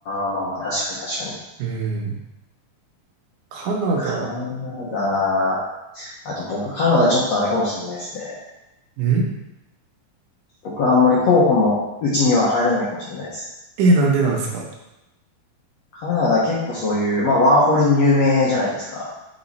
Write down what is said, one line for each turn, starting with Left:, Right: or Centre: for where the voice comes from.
Left: あ、まあまあ、確かに確かに。
Right: うん。カナダ、
Left: カナダ、あと僕カナダちょっとあれかもしれないですね。
Right: ん
Left: 僕はあんまり候補のうちには入らないかもしれないです。
Right: え、なんでなんですか
Left: カナダ結構そういう、まあワーホリで有名じゃないですか。